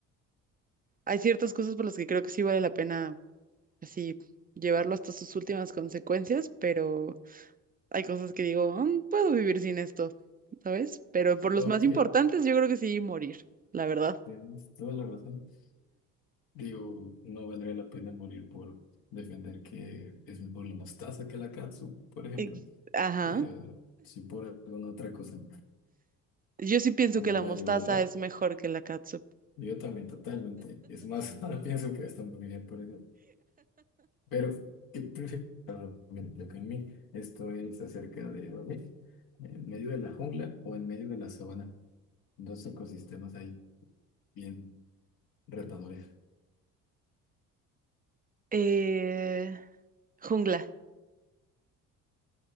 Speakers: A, on the right (about 20°); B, on the left (about 60°).
A: Hay ciertas cosas por las que creo que sí vale la pena así llevarlo hasta sus últimas consecuencias, pero hay cosas que digo, "Mm, puedo vivir sin esto, ¿sabes? Pero por los
B: ok,
A: más importantes, yo creo que sí morir, la verdad.
B: tienes toda la razón. Digo, no valdría la pena morir por defender que es mejor la mostaza que la katsu, por ejemplo.
A: Ex- Ajá.
B: Pero si por alguna otra cosa,
A: Yo sí pienso
B: como
A: que la
B: la
A: mostaza
B: libertad,
A: es mejor que la catsup.
B: yo también totalmente. Es más, <laughs> ahora pienso que hasta moriría por eso. Pero, ¿qué prefieres realmente, Para mí Esto es acerca de, ¿vale? ¿En medio de la jungla o en medio de la sabana? Dos ecosistemas ahí bien retadores.
A: Eh, jungla.